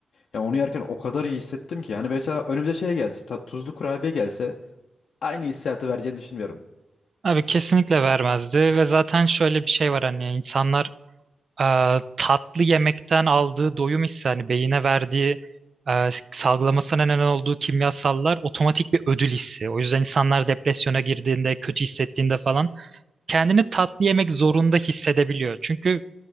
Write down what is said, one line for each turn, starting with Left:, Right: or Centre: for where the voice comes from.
Left: Ya onu yerken o kadar iyi hissettim ki. Yani mesela önümüze şey gelse, ta- tuzlu kurabiye gelse aynı hissiyatı vereceğini düşünmüyorum.
Right: Abi kesinlikle vermezdi ve zaten şöyle bir şey var hani insanlar e, tatlı yemekten aldığı doyum hissi hani beyine verdiği e, salgılamasına neden olduğu kimyasallar otomatik bir ödül hissi. O yüzden insanlar depresyona girdiğinde, kötü hissettiğinde falan kendini tatlı yemek zorunda hissedebiliyor. Çünkü